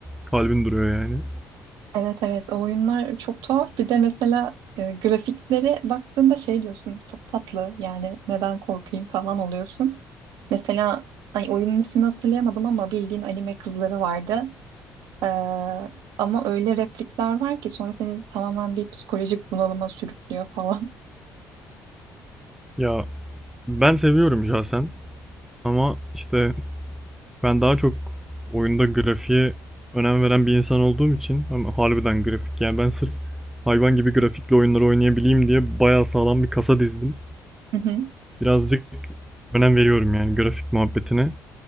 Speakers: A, in the centre; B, on the right.
A: kalbin duruyor yani.
B: Evet evet o oyunlar çok tuhaf. Bir de mesela e, grafiklere baktığında şey diyorsun çok tatlı yani neden korkayım falan oluyorsun. Mesela ay, oyunun ismini hatırlayamadım ama bildiğin anime kızları vardı. Ee, ama öyle replikler var ki sonra seni tamamen bir psikolojik bunalıma sürüklüyor falan. <laughs>
A: Ya ben seviyorum şahsen ama işte Ben daha çok oyunda grafiğe önem veren bir insan olduğum için ama harbiden grafik yani ben sırf hayvan gibi grafikli oyunları oynayabileyim diye bayağı sağlam bir kasa dizdim.
B: Hı hı.
A: Birazcık önem veriyorum yani grafik muhabbetine.